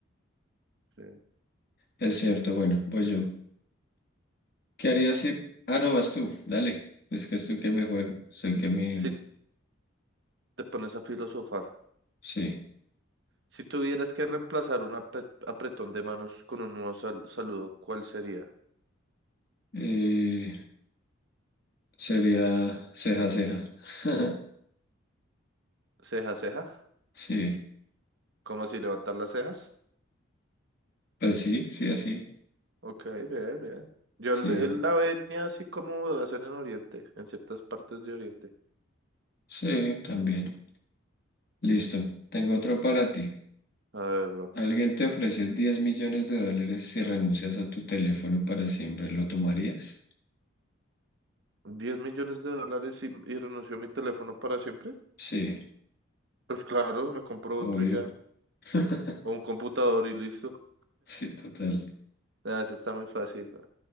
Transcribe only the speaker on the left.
Es cierto. Bueno, voy yo. ¿Qué harías si... Ah, no, vas tú. Dale. Es que estoy que me juego. Sé que me...
Sí.
Eh, sería ceja, ceja. <laughs>
Sí.
Pues sí, sí, así.
Sí.
Sí, también. Listo. Tengo otro para ti.
Alguien te ofrece 10 millones de dólares si renuncias a tu teléfono para siempre. ¿Lo tomarías?
Sí,
obvio.
<laughs>
Sí, total.